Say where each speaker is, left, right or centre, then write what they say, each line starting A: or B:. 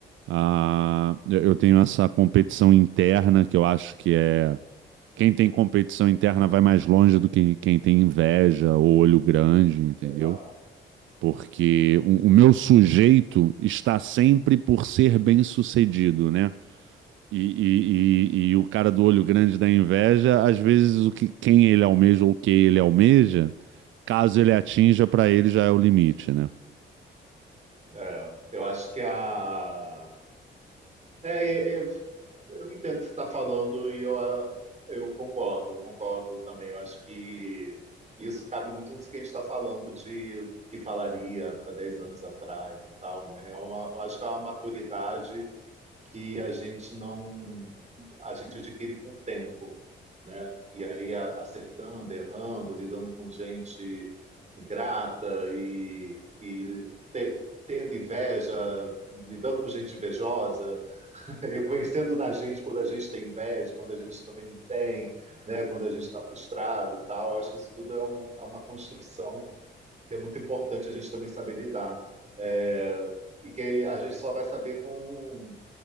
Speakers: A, on the right (about 80°); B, on the right (about 35°).
A: ah, eu eu tenho essa competição interna que eu acho que é. Quem tem competição interna vai mais longe do que quem tem inveja ou olho grande, entendeu?
B: total.
A: Porque o, o meu sujeito está sempre por ser bem-sucedido, né? E, e, e, e o cara do olho grande da inveja, às vezes o que quem ele almeja ou o que ele almeja, caso ele atinja, pra ele já é o limite, né?
B: É, eu acho que a. É, é, é, eu entendo o que você está falando e eu, ah, eu concordo, eu concordo também. Eu acho que isso cabe muito nisso que a gente está falando de que falaria para 10 anos atrás e tal, né? É uma, eu acho que é uma maturidade que a gente não a gente adquire com o tempo, né? E aí a- acertando, errando, lidando com gente ingrata e, e te- tendo inveja, lidando com gente invejosa, <laughs> reconhecendo na gente quando a gente tem inveja, quando a gente também não tem, né? Quando a gente está frustrado e tal. Eu Acho que isso tudo é, um- é uma construção que é muito importante a gente também saber lidar. É, e que a gente só vai saber com